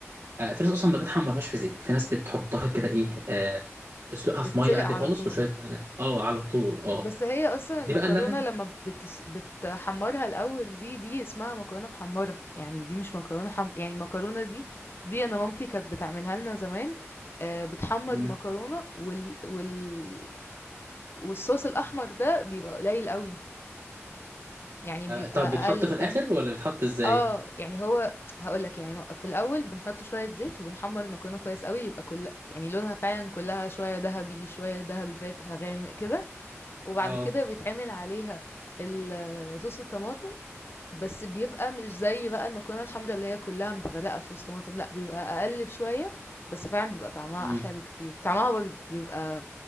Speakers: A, on the right; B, on the left.
A: أه في ناس أصلا ما بتحمرهاش في زيت في ناس بتحطها كده إيه أه تسلقها
B: تتسلق
A: في مية عادي
B: على
A: خالص
B: طول
A: وشوية اه على طول اه
B: بس هي اصلا
A: دي
B: المكرونه
A: بقى اللي
B: لما بتس... بتحمرها الاول دي دي اسمها مكرونه محمره يعني دي مش مكرونه حم... يعني المكرونه دي دي انا مامتي كانت بتعملها لنا زمان آه، بتحمر
A: أنا
B: المكرونه وال... وال... والصوص الاحمر ده بيبقى قليل قوي يعني
A: آه
B: بيبقى
A: طب
B: اقل
A: بيتحط في
B: فاهم
A: الاخر ولا بيتحط ازاي
B: اه يعني هو هقولك يعني في الاول بنحط شويه زيت وبنحمر المكرونه كويس قوي يبقى كل يعني لونها فعلا كلها شويه ذهبي شويه ذهبي فاتح غامق كده وبعد
A: اه
B: كده بيتعمل عليها ال- صوص الطماطم بس بيبقى مش زي بقى المكرونه الحمراء اللي هي كلها متغرقه في صوص طماطم لا بيبقى اقل شويه بس فعلا بيبقى طعمها
A: مم.
B: احلى بكتير طعمها بقى بيبقى بيبقى